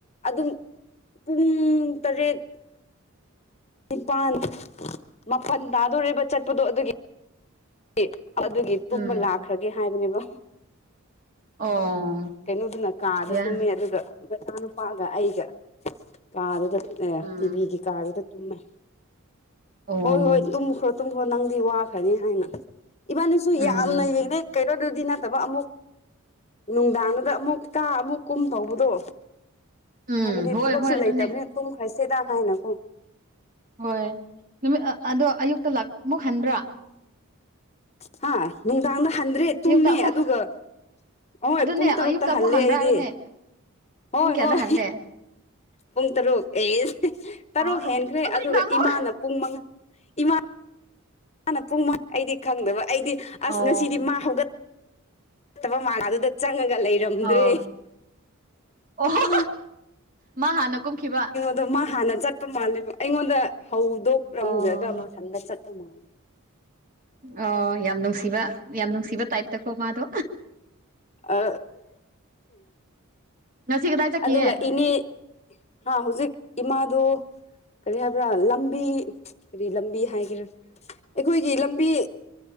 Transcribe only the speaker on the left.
ꯑꯗꯨꯝ ꯄꯨꯡ ꯇꯔꯦꯠ ꯅꯤꯄꯥꯟ ꯃꯥꯄꯜ ꯇꯥꯗꯣꯔꯦꯕ ꯆꯠꯄꯗꯣ ꯑꯗꯨꯒꯤ ꯑꯦ ꯑꯗꯨꯒꯤ ꯇꯨꯝꯕ
ꯂꯥꯛꯈ꯭ꯔꯒꯦ ꯍꯥꯏꯕꯅꯦꯕ
ꯀꯩꯅꯣꯗꯨꯅ ꯀꯥꯗ
ꯇꯨꯝꯃꯦ ꯑꯗꯨꯒ ꯃꯆꯥꯅꯨꯄꯥꯒ ꯑꯩꯒ ꯀꯥꯗꯨꯗ ꯑꯦ
ꯇꯤꯚꯤꯒꯤ ꯀꯥꯗꯨꯗ ꯇꯨꯝꯃꯦ
ꯍꯣꯏ ꯍꯣꯏ ꯇꯨꯝꯈ꯭ꯔꯣ ꯇꯨꯝ ꯅꯪꯗꯤ ꯋꯥꯈ꯭ꯔꯅꯤ ꯍꯥꯏꯅ ꯏꯕꯥꯅꯤꯁꯨ
ꯌꯥꯝꯅ ꯌꯦꯡꯅꯤ ꯀꯩꯅꯣꯗꯨꯗꯤ ꯅꯠꯇꯕ ꯑꯃꯨꯛ ꯅꯨꯡꯗꯥꯡꯗꯨꯗ ꯑꯃꯨꯛ ꯀꯥ ꯑꯃꯨꯛ ꯀꯨꯝ ꯇꯧꯕꯗꯣ
ꯍꯥꯏꯕꯗꯤ
ꯊꯕꯛꯁꯨ
ꯂꯩꯇꯕꯅꯤꯅ ꯇꯣꯝ ꯈꯔ ꯁꯦꯗꯥ ꯍꯥꯏꯅ ꯀꯣ
ꯍꯥ ꯅꯨꯡꯗꯥꯡꯗ ꯍꯟꯗ꯭ꯔꯦ ꯇꯨꯝꯃꯦ
ꯑꯗꯨꯒ ꯑꯍꯣꯏ
ꯄꯨꯡ ꯇꯔꯨꯛꯇ
ꯍꯜꯂꯦ
ꯑꯩꯗꯤ
ꯍꯣꯏ
ꯍꯣꯏ
ꯄꯨꯡ ꯇꯔꯨꯛ ꯑꯦꯁ ꯇꯔꯨꯛ
ꯍꯦꯟꯈ꯭ꯔꯦ
ꯑꯗꯨꯒ
ꯏꯃꯥꯅ ꯄꯨꯡ ꯃꯉꯥ ꯏꯃꯥ ꯃꯥꯅ ꯄꯨꯡ ꯑꯩꯗꯤ ꯈꯪꯗꯕ ꯑꯩꯗꯤ ꯑꯁ
ꯉꯁꯤꯗꯤ ꯃꯥ ꯍꯧꯒꯠ ꯇꯕ <unintelligible> ꯗꯨꯗ ꯆꯪꯉꯒ ꯂꯩꯔꯝꯗ꯭ꯔꯦ
ꯑ
ꯗꯣ ꯃꯥ ꯍꯥꯟꯅ ꯆꯠꯄ ꯃꯥꯜꯂꯦꯕ ꯑꯩꯉꯣꯟꯗ ꯍꯧꯗꯣꯛꯔꯝꯗ꯭ꯔꯒ
ꯃꯊꯟꯗ ꯆꯠꯄ ꯃꯥꯜꯂꯦ
ꯑ
ꯑꯗꯨꯒ ꯏꯅꯦ ꯍꯥ ꯍꯧꯖꯤꯛ ꯏꯃꯥꯗꯨ ꯀꯔꯤ ꯍꯥꯏꯕ꯭ꯔꯥ ꯂꯝꯕꯤ ꯀꯔꯤ ꯂꯝꯕꯤ ꯍꯥꯏꯒꯦꯔꯥ ꯑꯩꯈꯣꯏꯒꯤ ꯂꯝꯕꯤ